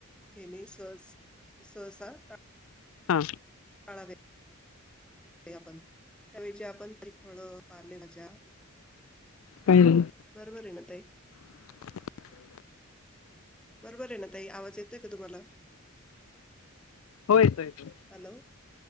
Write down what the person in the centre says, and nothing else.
घेणे सह सहसा टा
ळावे आपण त्या ऐवजी आपण काही फळं पाले भाज्या
बरोबर आहे ना ताई?
बरोबर आहे ना ताई? आवाज येतोय का तुम्हाला?
हॅलो,